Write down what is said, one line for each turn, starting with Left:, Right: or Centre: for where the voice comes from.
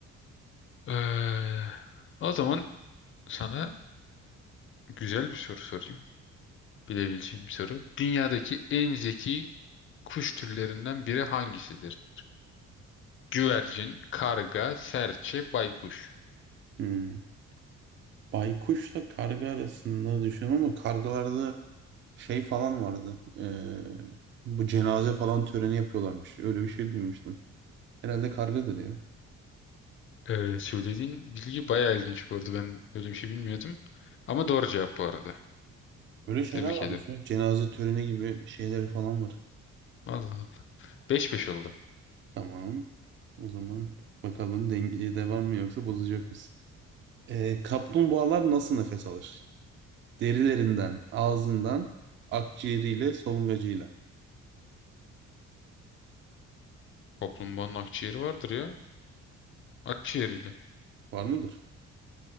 Left: Ee, o zaman sana güzel bir soru sorayım. Bilebileceğim bir soru. Dünyadaki en zeki kuş türlerinden biri hangisidir? Güvercin, karga, serçe, baykuş.
Right: Hmm. Baykuşla karga arasında düşünüyorum ama kargalarda şey falan vardı. Ee, bu cenaze falan töreni yapıyorlarmış. Öyle bir şey duymuştum. Herhalde kargadır ya.
Left: Ee, söylediğin bilgi bayağı ilginç bu arada. Ben öyle bir şey bilmiyordum. Ama doğru cevap bu arada.
Right: Böyle şeyler
Left: Tebrik
Right: varmış
Left: ederim.
Right: ya. Cenaze töreni gibi şeyleri falan var.
Left: Allah Allah. beş beş oldu.
Right: Tamam. O zaman bakalım denge devam mı yoksa bozacak mısın? Ee, kaplumbağalar nasıl nefes alır? Derilerinden, ağzından, akciğeriyle, solungacıyla.
Left: Kaplumbağanın akciğeri vardır ya. Akciğeriyle.
Right: Var mıdır?